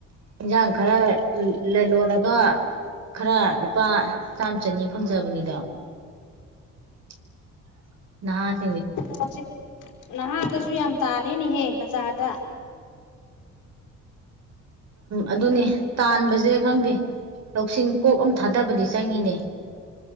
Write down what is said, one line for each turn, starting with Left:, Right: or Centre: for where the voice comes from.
Right: ꯏꯟꯥꯡ ꯍꯥꯡ ꯈꯔ ꯂꯣꯜꯂꯒ ꯈꯔ ꯂꯨꯄꯥ ꯆꯥꯝꯃ ꯆꯅꯤ ꯐꯪꯖꯕꯅꯤꯗꯣ <inaudible>
Left: ꯍꯧꯁꯤ ꯅꯍꯥꯗ ꯁꯨ ꯌꯥꯝ ꯇꯥꯜꯂꯦꯅꯦꯍꯦ ꯕꯖꯥꯔꯗ
Right: ꯑꯗꯨꯅꯦ ꯇꯥꯟꯕꯁꯦ ꯈꯪꯗꯦ ꯂꯧꯁꯤꯡ ꯀꯣꯛ ꯑꯃ ꯊꯥꯗꯕꯗꯤ ꯆꯪꯉꯤꯅꯦ